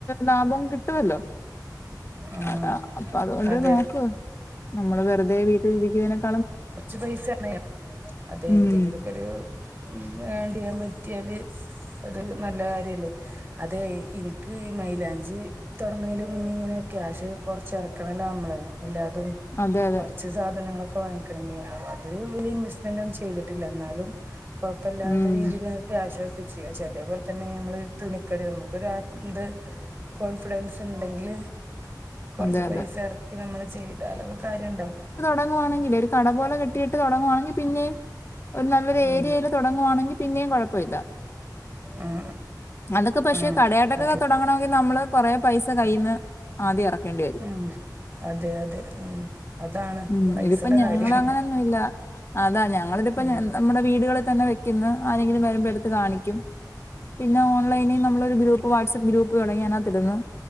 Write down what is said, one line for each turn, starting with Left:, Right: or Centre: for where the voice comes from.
Left: ലാഭം കിട്ടുവല്ലോ
Right: ഉം
Left: അതാ അപ്പൊ അതുകൊണ്ട്
Right: അതെ
Left: നോക്ക് നമ്മള് വെറുതെ വീട്ടിൽ ഇരിക്കിന്നയ്നെ കാ
Right: കാെർച്ച് പൈസ എന്നേൽ അതെ
Left: ഉം
Right: എന്തെങ്കിലൊക്കെ ഒരു വേണ്ടിയ്യാൻ പറ്റ്യാല് അത് ഒരു നല്ല കാര്യല്ലേ അതെ ഇ ഇൻക്ക് ഈ മൈലാഞ്ചി തൊടങ്ങ്ണീന്റെ മുന്ന്ഇങ്ങനെ ക്യാഷ് കൊർച്ച് എറക്കണല്ലോ നമ്മള് എല്ലാതും
Left: അതെ അതെ
Right: കൊർച്ച് സാധനങ്ങളൊക്ക വാങ്ങിക്കണങ്കി അ അത് വല്യ ഇൻവെസ്റ്റ്മെന്റ് ഒന്നും ചെയ്തിട്ടില്ല എന്നാലും കാെഴപ്പല്ലാത്ത
Left: ഉം
Right: രീതിയിലാ ക്യാഷ് കിട്ടിയ പക്ഷെ അതേപോൽതന്നെ നമ്മള് തുണിക്കടി നമുക്കൊരാ ന്ത് കോൺഫിഡൻസ് ഇണ്ടെങ്കില് കാെർച്ച്
Left: അതെ
Right: പൈസ
Left: അതെ
Right: എറക്കി നമ്മള് ചെയ്താലൊക്കെ കാര്യണ്ടാവും
Left: ണം വാണെങ്കില് ഒര് കടപോലെ കെട്ടിയിട്ട് താെടങ്ങുവാണെങ്കി പിന്നെയും ഒരു നല്ലൊരു
Right: ഉം
Left: ഏരിയേല് തുടങ്ങവാണെങ്കി പിന്നെയും കുഴപ്പവില്ല
Right: ആഹ്
Left: അതൊക്കെ പക്ഷെ
Right: ആഹ്
Left: കടയാട്ടക്കൊക്കെ
Right: അതെ
Left: തൊടങ്ങണോങ്കി നമ്മള് കൊറെ പൈസ കയ്യിന്ന് ആദ്യം എറക്കേണ്ടി വരും
Right: ഉം അതെ അതെ ഉം അതാണ്
Left: ഉം
Right: പൈസടെ
Left: ഇതിപ്പ ഞങ്ങള്
Right: കാര്യം
Left: അങ്ങന്നൊന്നുല്ല അതാ ഞങ്ങളിതിപ്പ
Right: ഉം
Left: ന നമ്മുടെ വീടുകളി തന്നെ വെക്കുന്ന് ആരെങ്കിലും വരുമ്പോ എടുത്ത് കാണിക്കും പിന്നെ ഓൺലൈനീ നമ്മള ഒരു ഗ്രൂപ്പ് വാട്സ്ആപ്പ് ഗ്രൂപ്പ് തുടങ്ങിയാനകത്തിട്ന്ന്